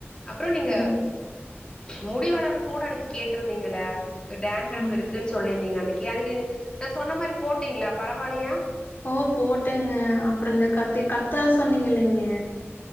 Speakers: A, on the left; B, on the left.
A: அப்புறோ நீங்க
B: ம்
A: முடி வளர கூட அன்னைக்கு கேட்டிருந்தீங்கள்ள டேண்ட்ரப்
B: ஆ
A: இருக்குன்னு சொல்லிருந்தீங்க அன்னைக்கு நா சொன்ன மாரி போட்டீங்களா பரவாலயா
B: ஓ போட்டேங்க அப்றோ இந்த கத்தி கத்தால சொன்னீங்கல்லைங்க